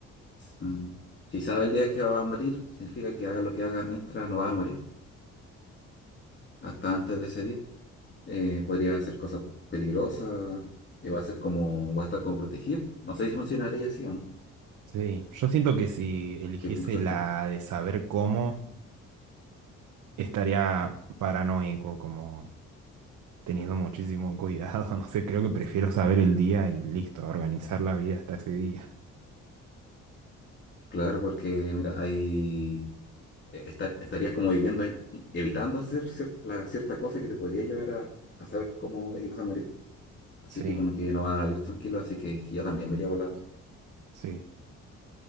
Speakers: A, on the left (about 40°); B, on the right (about 75°).
A: mm, si sabe el día que va a morir, significa que haga lo que haga mientras no va a morir, hasta antes de ese día. Eh, podría hacer cosas peligrosas y va a ser como, va a estar como protegido. No sé si funcionaría así o no.
B: Sí, yo siento que si eligiese
A: ¿Qué piensas
B: la
A: tú?
B: de saber cómo, estaría paranoico, como teniendo muchísimo cuidado, <laughs> no sé, creo que prefiero saber el día y listo, organizar la vida hasta ese día.
A: Claro, porque mira, ahí eh, está- estarías como viviendo ahí, evitando hacer cier- la cierta cosa que te podría llevar a, a saber cómo ibas a morir. Así
B: Sí,
A: que como que no vas a vivir tranquilo, así que yo también me iría por la otra.
B: sí.